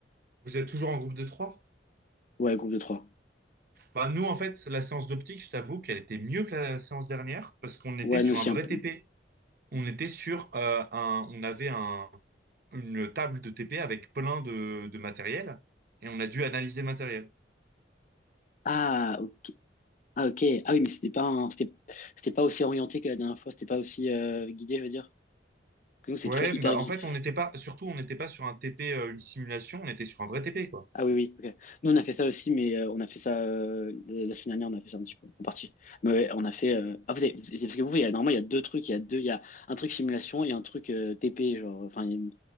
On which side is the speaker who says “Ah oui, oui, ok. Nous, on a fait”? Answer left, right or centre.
Left